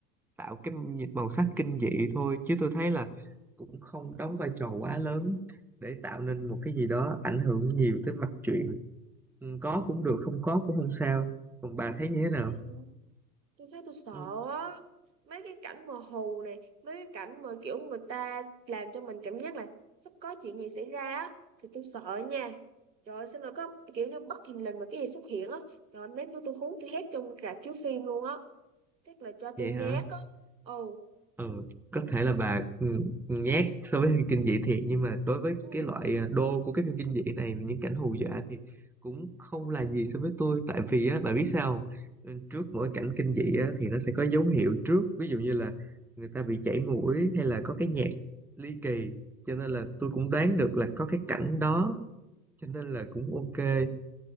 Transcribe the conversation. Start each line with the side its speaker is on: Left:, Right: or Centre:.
Centre: tạo cái nhị- màu sắc kinh dị thôi chứ tôi thấy là cũng không đóng vai trò quá lớn để tạo nên một cái gì đó ảnh hưởng nhiều tới mạch truyện Ừ, có cũng được không
Right: Ờ,
Centre: có cũng không sao còn bà thấy như thế
Right: thế
Centre: nào
Right: hả? tôi thấy tôi sợ
Centre: ừ,
Right: á mấy cái cảnh mờ hồ này mấy cái cảnh mà kiểu người ta làm cho mình cảm giác là sắp có chuyện gì xảy ra á thì tôi sợ nha trời ơi, sao nó có kiểu như bất thình lình mà cái gì xuất hiện á trời ơi, mấy bữa tôi hú tôi hét trong rạp chiếu phim luôn á chắc là cho
Centre: vậy
Right: tôi nhát
Centre: hả
Right: á Ồ
Centre: ừ, có thể là bà ừ, nhát so với phim kinh dị thiệt nhưng mà đối với
Right: ừ
Centre: cái loại à, đô của cái phim kinh dị này những cảnh hù dọa thì cũng không là gì so với tôi tại vì á bà biết sao không? Ừ, trước mỗi cảnh kinh dị á thì nó sẽ có dấu hiệu trước ví dụ như là người ta bị chảy mũi hay là có cái nhạc ly kỳ cho nên là tôi cũng đoán được là có cái cảnh đó cho nên là cũng ok
Right: ừ